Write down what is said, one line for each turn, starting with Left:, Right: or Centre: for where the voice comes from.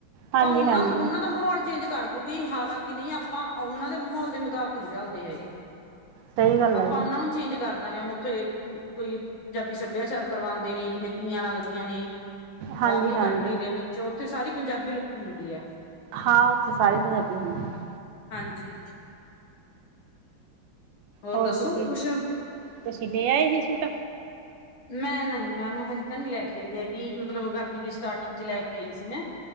Right: ਹਾਂਜੀ
Left: ਤਾਂ ਓਨਾਂ
Right: ਹਾਂਜੀ
Left: ਨੂੰ ਓਨਾਂ ਦਾ ਮਾਹੌਲ ਚੇਂਜ ਕਰ ਗੀ ਹਾਲਾਂਕਿ ਨਹੀਂ ਆਪਾਂ ਉਹਨਾਂ ਦੇ ਮਾਹੌਲ ਦੇ ਮੁਤਾਬਿਕ ਨਹੀਂ ਢਲਦੇ ਹੈਗੇ।
Right: ਸਈ ਗੱਲ ਐ।
Left: <unintelligible> ਚੇਂਜ ਕਰਦਾਂਗੇ ਓਨੂੰ ਉੱਥੇ ਕੋਈ ਪੰਜਾਬੀ ਸੱਭਿਆਚਾਰ ਕਰਵਾਂਦੇ ਨੇ ਜਿਵੇਂ ਤੀਆਂ ਲੱਗਦੀਆਂ ਨੇ।
Right: ਹਾਂਜੀ
Left: ਬਾਰਲੀ
Right: ਹਾਂਜੀ
Left: ਕੰਟਰੀ ਦੇ ਵਿੱਚ ਓਥੇ ਸਾਰੀ ਪੰਜਾਬੀ ਲੁੱਕ ਹੁੰਦੀ ਐ।
Right: ਹਾਂ ਓਥੇ ਸਾਰੇ ਪੰਜਾਬੀ ਹੁੰਦੇ ਨੇ।
Left: ਹਾਂਜੀ।
Right: ਹੋਰ
Left: ਦੱਸੋਗੇ
Right: ਤੁਸੀਂ,
Left: ਕੁਛ
Right: ਤੁਸੀਂ ਲੇ ਆਏ ਸੀ ਸੂਟ।
Left: ਮੈਂ ਨਹੀਂ ਮੈਮ ਹਜੇ ਤ ਨੀ ਲੈ ਕੇ ਆਈ ਹੈਗੀ ਮਤਲਬ ਗਰਮੀ ਦੀ ਸਟਾਰਟਿੰਗ ਚ ਲੈ ਕੇ ਆਈ ਸੀ ਮੈਂ।